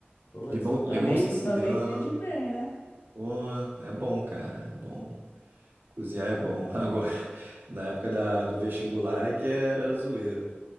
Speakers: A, on the left; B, on the right.
A: Putz,
B: limão,
A: tu também,
B: limão siciliano.
A: tu também entende bem, né?
B: Pô, é bom, cara, é bom. Cozinhar é bom. <laughs> Agora, na época da- do vestibular é que era zoeira.